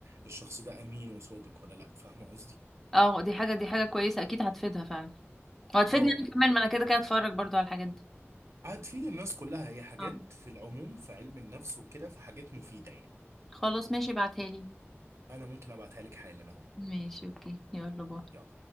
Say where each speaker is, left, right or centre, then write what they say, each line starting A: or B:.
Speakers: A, on the right; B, in the centre.
A: الشخص ده امين وصادق ولا لا فاهمة قصدي
B: اه دي حاجه دي حاجه كويسه اكيد هتفيدها فعلا وهتفيدني
A: اه
B: انا كمان ما انا كده كده هتفرج برضو على الحاجات دي
A: هتفيد الناس كلها هي حاجات
B: اه
A: في العموم في علم النفس وكده فحاجات مفيدة يعني
B: خلاص ماشي ابعتها لي
A: انا ممكن ابعتها لك حالا اهو
B: ماشي اوكي يلا باي
A: يلا